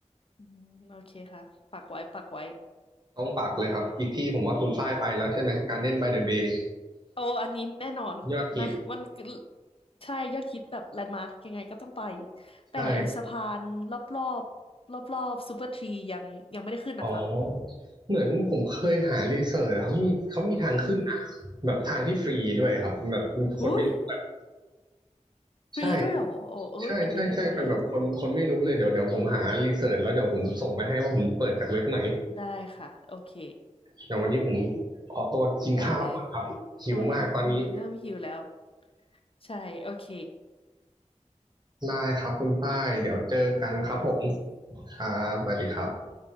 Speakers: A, on the left; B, on the right.
A: อืมโอเคค่ะปักไว้ปักไว้
B: ต้องปักเลยครับอีกที่ผมว่าคุณฝ้ายไปแล้วใช่ไหมการ d เด b นบายเดอะเบย์
A: โอ้อันนี้แน่นอนนะ
B: ยอดฮิต
A: มันคือใช่ ยอดฮิตแบบแลนด์มาร์กยังไงก็ต้องไป
B: ใช่
A: แต่ไอ้สะพานรอบรอบรอบรอบซูเปอร์ทรียังยังไม่ได้ขึ้นนะคะ
B: อ๋อเหมือนผมเคยหารีเสิร์ชอะครับมีเขามีทางขึ้นนะแบบทางที่ฟรีด้วยครับแบบคนไม่รู้
A: อืมหุ้ยฟรีด้วยเหรอโอ้เอ้ยอันนี้ไม่รู้เลย
B: ใช่ใช่ใช่ใช่เป็นแบบคนคนไม่รู้เลยเดี๋ยวเดี๋ยวผมหารีเสิร์ชแล้วเดี๋ยวผมส่งไปให้ว่าผมเปิดจากเว็บไหน
A: ได้ค่ะ โอเค
B: อย่างวันนี้ผมขอตัวกินข้าวก่อนครับหิวมากตอนนี้
A: ได้เลยโอ้ย เออ เริ่มหิวแล้ว ใช่ โอเค
B: ได้ครับคุณฝ้ายเดี๋ยวเจอกันครับผม
A: ค่ะ
B: ครับสวัสดีครับ